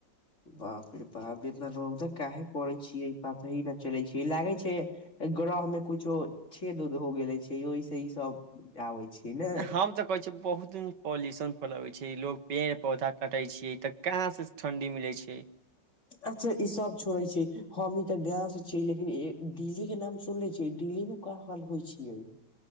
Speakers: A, on the left; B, on the right.
A: बाप रे बाप इतना रौद काहे पड़ै छियै पता ही न चलै छै ई लागे छै ग्रह मे कुछो छेद उद हो गेले छै ओहिस ई सब आबै छीय ने
B: हम त कहै छै बहुत पॉल्यूशन फैलाबैय छिये लोग पेड़ पौधा कटै छैै त कहाँ से ठण्डी मिलै छै ए
A: अच्छ ई सब छोड़े छै हम नी ते गांव से छीय लेकिन दिल्ली के नाम सुन ले छियै दिल्ली मे क हाल होइ छियै